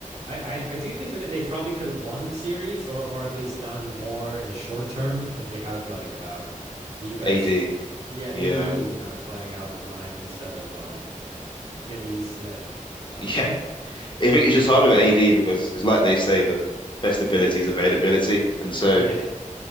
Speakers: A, on the right; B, on the left.
A: I, I, I do think that they probably could have won the series or or at least done more in the short term if they had like uh the best
B: AD,
A: yeah
B: yeah,
A: AD
B: <laughs>
A: you know playing out of his mind instead of um Finney Smith uh
B: yeah. I think it's just hard with AD because it's like they say the best ability is availability, and so.
A: <laughs> yeah